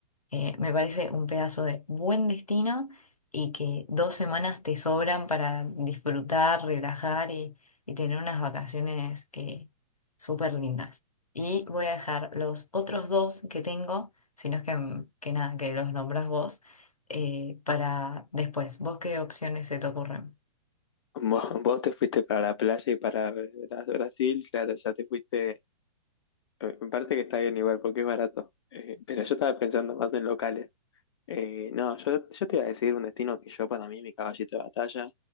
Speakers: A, on the left; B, on the left.
A: eh, me parece un pedazo de buen destino y que dos semanas te sobran para disfrutar, relajar y, y tener unas vacaciones eh, súper lindas. Y voy a dejar los otros dos que tengo, si no es que, que nada, que los nombras vos, eh, para después. ¿Vos qué opciones se te ocurren?
B: <laughs> Vos, vos te fuiste para la playa y para Bra- Brasil, claro, ya te fuiste. eh, Me parece que está bien igual porque es barato. Eh, pero yo estaba pensando más en locales. Eh, no, yo, yo te iba a decir un destino que yo para mí, mi caballito de batalla,